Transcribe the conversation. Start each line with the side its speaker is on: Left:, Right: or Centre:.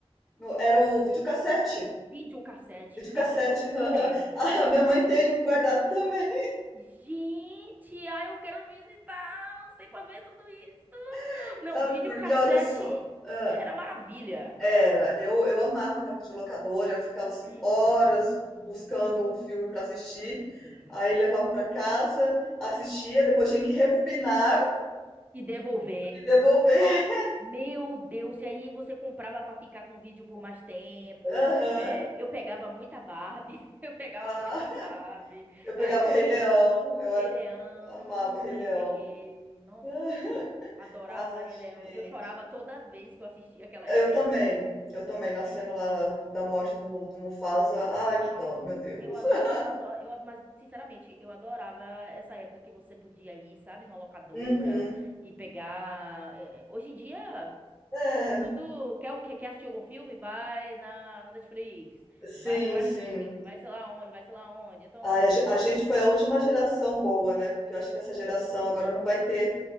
Left: No- era o videocassete.
Right: Videocassete,
Left: Videocassete.
Right: meu Deus do
Left: <laughs> aham.
Right: céu.
Left: Ah,
Right: Não.
Left: minha mãe tem um guardado também.
Right: Gente, ai, eu quero visitar, sei pra ver tudo isso.
Left: <laughs>
Right: Não,
Left: Sabe
Right: videocassete
Left: por quê? Olha só. ah,
Right: era maravilha.
Left: era. Eu, eu amava ir na videolocadora. Eu ficava assim
Right: Uhum,
Left: horas buscando um filme para assistir.
Right: uhum.
Left: Aí levava para casa, assistia, depois tinha que rebobinar
Right: E devolver.
Left: e devolver.
Right: Meu Deus, e aí você comprava pra ficar com o vídeo por mais tempo.
Left: <laughs> Aham.
Right: É, eu pegava muita Barbie, <laughs> eu pegava
Left: Ah,
Right: muita Barbie.
Left: Eu pegava
Right: É,
Left: Rei Leão,
Right: é,
Left: eu era
Right: Rei Leão,
Left: amava
Right: hum,
Left: Rei
Right: também
Left: Leão.
Right: peguei. Nossa,
Left: <laughs>
Right: adorava
Left: Ah,
Right: Rei
Left: gente.
Right: Leão. E eu chorava toda vez que eu assistia aquelas
Left: Eu
Right: cenas.
Left: também, eu também, na
Right: E,
Left: cena lá da morte do, Mu- do Mufasa. Ai, que
Right: ai,
Left: dó, meu Deus.
Right: eu adoro,
Left: <laughs>
Right: eu adoro, eu, ad- mas sinceramente, eu adorava essa época que você podia ir, sabe, numa locadora
Left: Uhum.
Right: e pegar. é, é, hoje em dia.
Left: É,
Right: É tudo. Quer o quê? Quer assistir algum filme? Vai na, na Netflix. Vai
Left: sim,
Right: no Prime
Left: sim.
Right: Video. Vai sei lá onde, vai sei lá onde. Então,
Left: Ai, a, ge- a gente foi a última geração boa, né? Porque eu acho que essa geração agora não vai ter